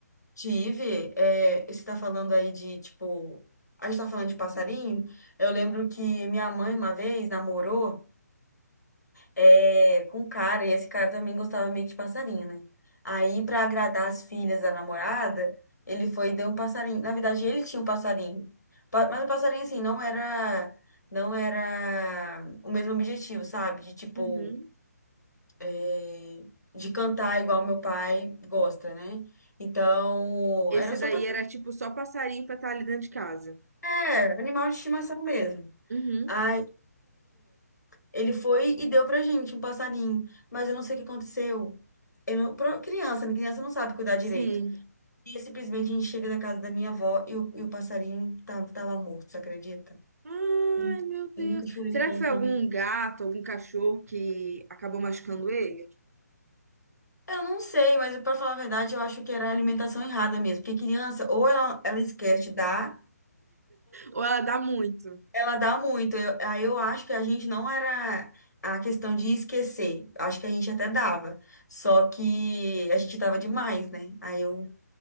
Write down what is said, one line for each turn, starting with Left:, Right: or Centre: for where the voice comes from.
Left: Tive, é, você tá falando aí de, tipo, a gente tá falando de passarinho. Eu lembro que minha mãe uma vez namorou, é, com um cara, e esse cara também gostava meio que de passarinho, né? Aí, pra agradar as filhas da namorada, ele foi e deu um passarinho. Na verdade, ele tinha um passarinho. Pa- Mas o passarinho, assim, não era, não era o mesmo objetivo, sabe? De, tipo,
Right: Uhum.
Left: é, de cantar igual meu pai gosta, né? Então,
Right: Esse
Left: era
Right: daí
Left: só pra
Right: era tipo só passarinho pra estar ali dentro de casa.
Left: É, animal de estimação mesmo.
Right: Uhum,
Left: Aí ele foi e deu pra gente um passarinho, mas eu não sei o que aconteceu. Eu não, pro- criança, né? Criança não sabe cuidar direito.
Right: sim.
Left: E simplesmente a gente chega na casa da minha avó e o, e o passarinho tava, tava morto, você acredita?
Right: Ai,
Left: Eu,
Right: meu Deus.
Left: eu nunca chorei
Right: Será
Left: tanto
Right: que foi algum
Left: na minha vida.
Right: gato, algum cachorro que acabou machucando ele?
Left: Eu não sei, mas pra falar a verdade, eu acho que era a alimentação errada mesmo. Porque criança, ou ela, ela esquece de dar.
Right: Ou ela dá muito?
Left: Ela dá muito. Eu, aí eu acho que a gente não era a questão de esquecer. Acho que a gente até dava. Só que a gente dava demais, né? Aí eu,